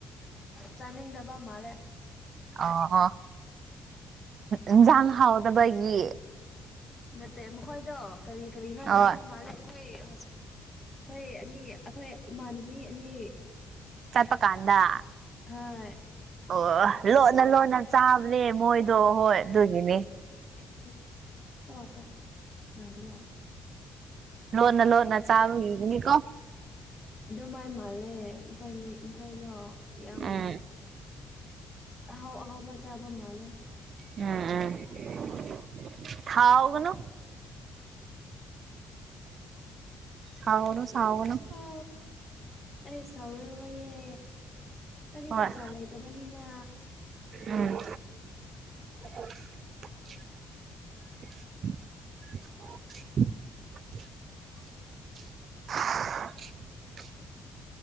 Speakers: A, on the left; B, on the right.
A: ꯆꯅꯤꯡꯒꯤ ꯗꯕꯥ ꯃꯥꯂꯦ
B: ꯑ ꯑꯣ ꯏꯟꯁꯥꯡ ꯍꯥꯎꯗꯕꯒꯤ
A: ꯅꯠꯇꯦ ꯃꯈꯣꯏꯗꯣ ꯀꯔꯤ ꯀꯔꯤꯅꯣ
B: ꯍꯣꯏ
A: ꯆꯥꯕ ꯃꯥꯜꯂꯦ ꯑꯩꯈꯣꯏ ꯑꯩꯈꯣꯏ ꯑꯅꯤ ꯑꯩꯈꯣꯏ ꯏꯃꯥꯟꯅꯕꯤ ꯑꯅꯤ
B: ꯁꯜꯄ ꯀꯥꯟꯗ
A: ꯍꯥ
B: ꯑꯣ ꯂꯣꯟꯅ ꯂꯣꯟꯅ ꯆꯥꯕꯅꯦ ꯃꯣꯏꯗꯣ ꯍꯣꯏ ꯑꯗꯨꯒꯤꯅꯤ
A: ꯁꯤ ꯑꯠꯇ ꯉꯗ ꯂ
B: ꯂꯣꯅ ꯂꯣꯅ ꯆꯥꯅꯤꯀꯣ
A: ꯑꯗꯨꯗꯣ ꯃꯥꯏ ꯃꯥꯂꯦ ꯃꯈꯣꯏ ꯃꯈꯣꯏꯗꯣ ꯌꯥꯝ
B: ꯎꯝ
A: ꯑꯍꯥꯎ ꯑꯍꯥꯎꯕ ꯆꯥꯕ ꯑꯃ ꯑꯅꯦ
B: ꯎꯝ ꯎꯝ ꯊꯥꯋꯥꯑꯣ ꯀꯩꯅꯣ ꯁꯥꯎꯅꯣ ꯁꯎꯅ
A: ꯑꯣ ꯑꯩ ꯁꯥꯎꯔꯔꯣꯏꯌꯦ ꯀꯗꯤ
B: ꯍꯣꯏ
A: ꯄꯩꯁꯥ ꯂꯩꯇꯕꯅꯤꯅ
B: ꯎꯝ <inaudible> <unintelligible> <unintelligible>